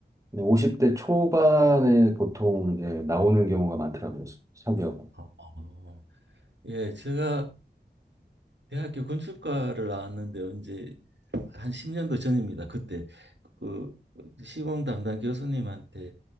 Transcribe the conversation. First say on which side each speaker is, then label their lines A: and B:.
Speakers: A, on the right; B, on the right.
A: 근데 50대 초반에 보통 이제 나오는 경우가 많더라고요. 사기업은.
B: 어. 예, 제가 대학교 건축과를 나왔는데 언제 한 10년도 전입니다. 그때 그 시공 담당 교수님한테